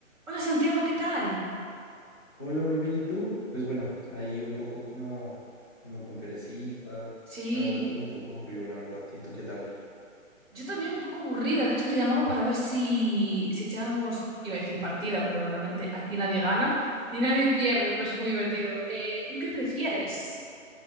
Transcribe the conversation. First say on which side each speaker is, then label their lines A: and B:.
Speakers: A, on the right; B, on the right.
A: Hola Santiago, ¿qué tal?
B: Hola, muy bien, ¿y tú? Pues bueno, ahí un poco como, como con perecita,
A: Sí,
B: la verdad, como un poco aburrido, la verdad. ¿Y tú qué tal?
A: yo también un poco aburrida. De hecho, te llamaba para ver si, si echábamos, iba a decir partida, pero realmente aquí nadie gana ni nadie pierde, por eso es muy divertido. Eh, ¿un qué prefieres?